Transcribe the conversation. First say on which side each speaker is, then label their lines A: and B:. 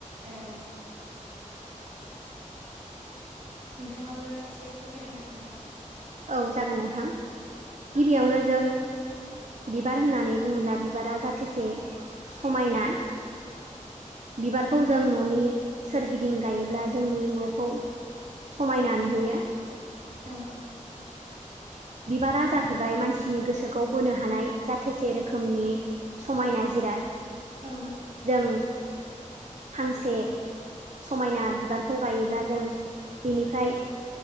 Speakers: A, on the right; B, on the right.
A: ओ नोंथाङाबो एसे फोरमायना होदो नामा?
B: औ जागोन नोंथां गिबियावनो जों बिबार होननानै बुङोब्ला बिबारा जाथेसे समायना बिबारखौ
A: उम
B: जों न'नि सोरगिदिं गायोब्ला जोंनि न'खौ समायना नुहैयो
A: औ
B: बिबारा जाहैबाय मानसिनि गोसोखौ बोनो हानाय जाथोसे रोखोमनि समायना जिराद
A: औ
B: जों फांसे समायना बिबारखौ गायोब्ला जों बिनिफ्राय